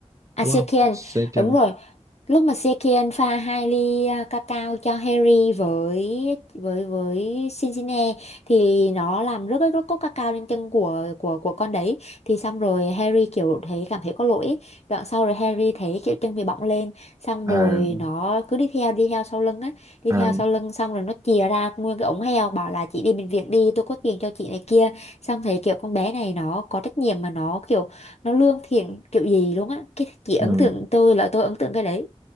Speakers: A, on the left; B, on the right.
A: À
B: đúng
A: Sekian,
B: không second
A: đúng rồi. Lúc mà Sekian pha hai ly à, cacao cho Harry với với với Cincinnati thì nó làm rớt rớt cốc cacao lên chân của của của con đấy. Thì xong rồi Harry kiểu thấy cảm thấy có lỗi. ấy. Đoạn sau rồi Harry thấy kiểu chân bị bọng lên, xong
B: à
A: rồi nó cứ đi theo đi theo sau lưng á, đi
B: à
A: theo sau lưng xong rồi nó chìa ra nguyên cái ống heo bảo là chị đi bệnh viện đi, tôi có tiền cho chị này kia. Xong thấy kiểu con bé này nó có trách nhiệm mà nó kiểu nó lương thiện kiểu gì luôn á cái chị ấn
B: ừ.
A: tượng tôi là tôi ấn tượng cái đấy